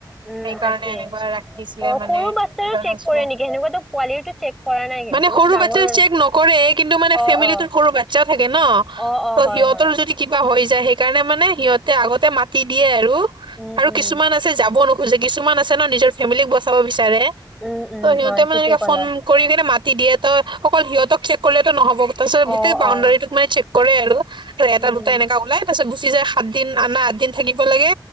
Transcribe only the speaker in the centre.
উম,
তাকে
অ
সৰু বাচ্ছাৰো
চেক কৰে নেকি সেনেকুৱাটো পোৱালিটো চেক। কৰা নাই কিন্তু
ডাঙৰৰ
অ
অ
অ অ
হয়
হয়
উম
উম
উম উম
হয়
ঠিকে
ক'লা
অ
অ
উম